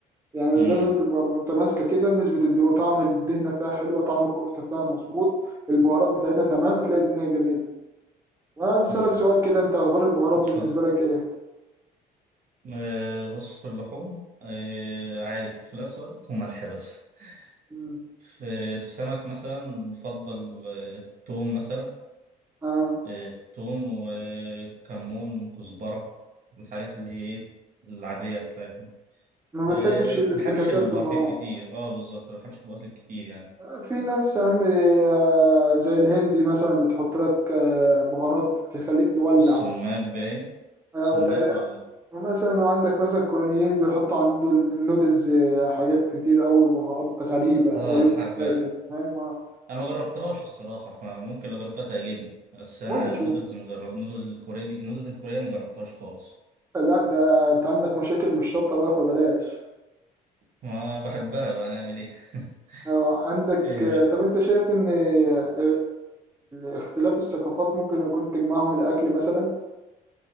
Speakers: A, on the right (about 15°); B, on the right (about 55°).
A: يعني
B: امم
A: لازم تبقى متماسكة كده نسبة الدهون طعم الدهنة فيها حلوة طعم الكفتة فيها مظبوط البهارات بتاعتها تمام هتلاقي الدنيا جميلة وأنا عايز أسألك
B: امم
A: سؤال كده أنت أخبار البهارات بالنسبة
B: اتفضل
A: لك إيه؟
B: آه بص في اللحوم آه عادي فلفل أسود وملح بس
A: مم.
B: في السمك مثلا نفضل آه توم مثلا
A: آه.
B: آه توم وكمون كزبرة الحاجات اللي هي إيه العادية بتاعتنا
A: ما
B: آه
A: بتحبش الافتكاسات
B: بحبش البارتيل
A: في البرامج
B: كتير اه بالظبط ما بحبش البارتيل كتير يعني
A: آه، في ناس أهم آه، زي الهندي مثلا بتحط لك آه، بهارات تخليك تولع
B: السماق باين
A: آه،
B: سماق
A: تقريبا-
B: ولا
A: ومثلا وعندك مثلا الكوريين بيحطوا على النودل- النودلز آه، حاجات كتير أوي بهارات غريبة
B: اه
A: غريبة
B: حراق
A: الشكل فاهم آه.
B: انا ما جربتهاش الصراحه فممكن لو جربتها تعجبني بس انا
A: ممكن
B: النودلز ما جربت النودلز الكوريه دي النودلز الكوريه ما جربتهاش خالص
A: لا ده انت عندك مشاكل مش شطة بقى فبلاش
B: ما بحبها بقى نعمل ايه <laughs>
A: آه، عندك
B: آه،
A: آه، طب انت شايف ان آه، آه، اختلاف الثقافات ممكن يكون تجمعهم الاكل مثلا